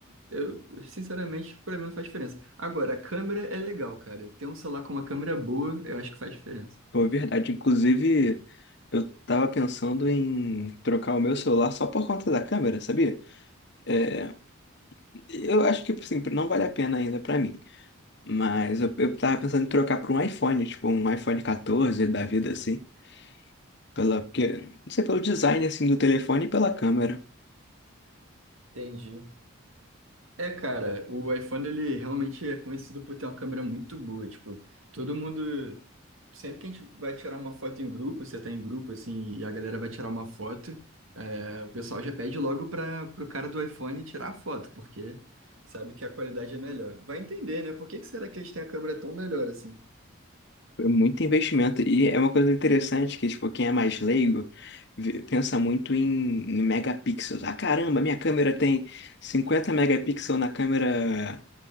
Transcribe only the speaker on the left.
Pô, é verdade. Inclusive, eu tava pensando em trocar o meu celular só por conta da câmera, sabia? É, eu acho que, assim, não vale a pena ainda pra mim. Mas eu, eu tava pensando em trocar por um iPhone, tipo um iPhone 14 da vida, assim. Pela, porque, não sei, pelo design, assim, do telefone e pela câmera.
É muito investimento. E é uma coisa interessante que, tipo, quem é mais leigo vê- pensa muito em, em megapixels. Ah, caramba, minha câmera tem 50 megapixels na câmera,